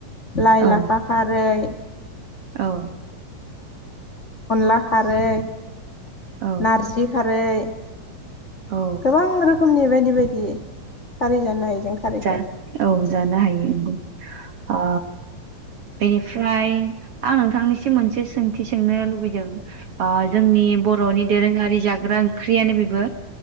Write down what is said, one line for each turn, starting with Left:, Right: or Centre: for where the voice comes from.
Left: लाइ
Right: औ
Left: लाफा खारै
Right: औ।
Left: अनला खारै
Right: औ
Left: नारजि खार नै।
Right: औ
Left: गोबां रोखोमनि बायदि बायदि खारि जानो हायो जों खारैखौ।
Right: जा औ जानो हायो अंगौ ओ बेनिफ्राय आं नोंथांनिसिम मोनसे सोंथि सोंनो लुबैदों जोंनि बर'नि दोरोङारि जाग्रा ओंख्रियानो बेबो